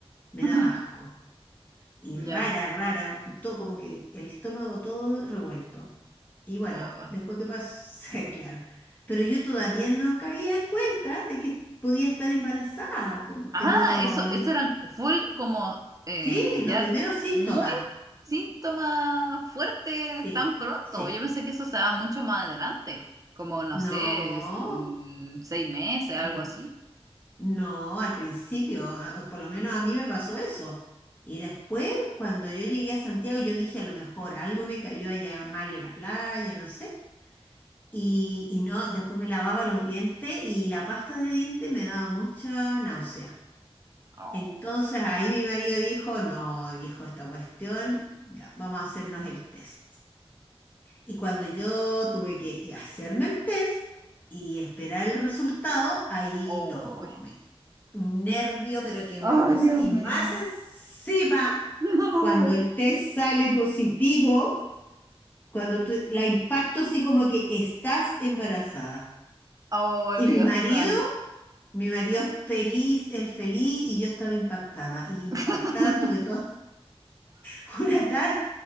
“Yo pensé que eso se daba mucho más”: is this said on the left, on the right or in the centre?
Right